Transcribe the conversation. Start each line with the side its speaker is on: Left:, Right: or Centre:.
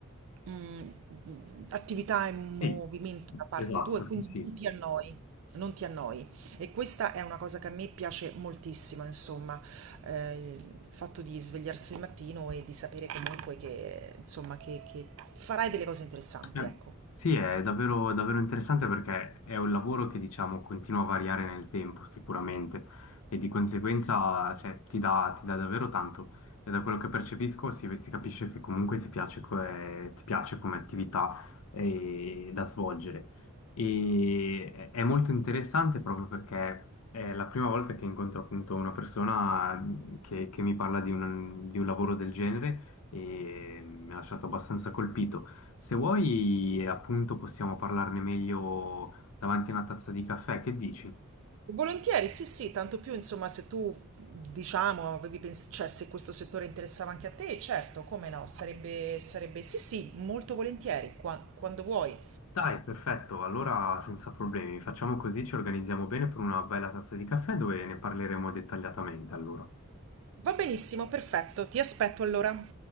Right: mh, attività e movimento
Left: Sì,
Right: da parte
Left: esatto,
Right: tua e quindi
Left: sì. sì.
Right: non ti annoi. Non ti annoi e questa è una cosa che a me piace moltissimo, insomma, eh, il fatto di svegliarsi il mattino e di sapere comunque che, insomma, che, che farai delle cose interessanti,
Left: Eh,
Right: ecco.
Left: Sì, è davvero, davvero interessante perché è un lavoro che diciamo continua a variare nel tempo sicuramente e di conseguenza cioè, ti dà, ti dà davvero tanto e da quello che percepisco si, si capisce che comunque ti piace, co- eh, ti piace come attività eh, da svolgere e è molto interessante proprio perché è la prima volta che incontro appunto una persona mm, che, che mi parla di un, di un lavoro del genere e mi ha lasciato abbastanza colpito. Se vuoi, appunto, possiamo parlarne meglio davanti a una tazza di caffè, che dici?
Right: Volentieri, sì, sì, tanto più, insomma, se tu, diciamo, avevi pens- cioè, se questo settore interessava anche a te, certo, come no, sarebbe, sarebbe, sì, sì, molto volentieri, qua- quando vuoi.
Left: Dai, perfetto, allora senza problemi, facciamo così, ci organizziamo bene per una bella tazza di caffè dove ne parleremo dettagliatamente, allora.
Right: Va benissimo, perfetto, ti aspetto allora.